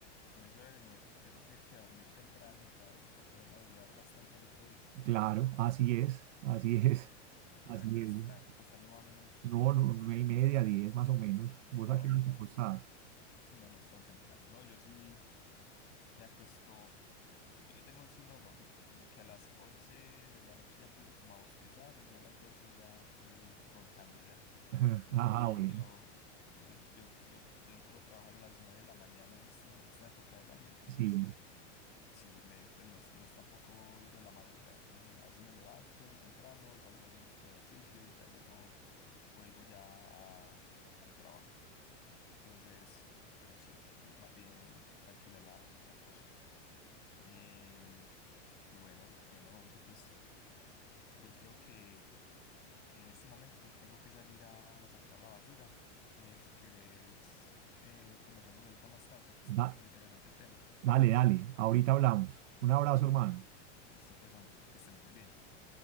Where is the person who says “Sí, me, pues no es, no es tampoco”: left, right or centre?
Left